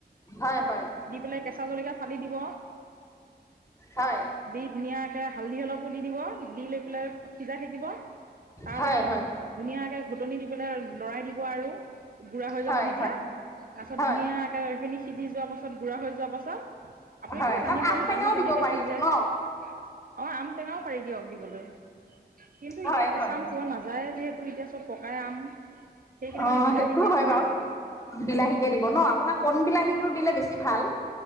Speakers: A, on the left (about 15°); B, on the right (about 55°).
A: হয় হয়।
B: দি পেলাই কেঁচা জলকীয়া ফালি দিব।
A: হয়
B: দি ধুনীয়াকে হালধি অলপো দি দিব। দি লৈ পেলাই সিজাই থাকিব। তাৰ
A: হয়
B: পাছত
A: হয়।
B: ধুনীয়াকে ঘুটনি দি পেলাই লৰাই দিব আৰু গুড়া হৈ যাব
A: হয়
B: যেতিয়া তাৰ পিছত
A: হয়
B: ধুনীয়াকে সেইখিনি সিজি যোৱাৰ পাছত গুড়া হৈ যোৱা পাছত আপুনিটো
A: হয়
B: জানিবই।
A: তাত আম টেঙাও
B: দালি কেনেকে
A: দিব পাৰিতো
B: সিজে। অ
A: ন
B: আম টেঙাও পাৰি দিয়ক দিবলৈ। কিন্তু এতিয়া
A: হয়
B: কেঁচা
A: হয়
B: আম পোৱা নাযায় যিহেঁতু এতিয়া চব পকাই আম। সেইকেইটা
A: অ
B: মানে বিলাহীকে
A: সেইটো হয়
B: দিম
A: বাৰু
B: আৰু
A: বিলাহীকে দিব ন আপোনাক কণ বিলাহীটো দিলে বেছি ভাল।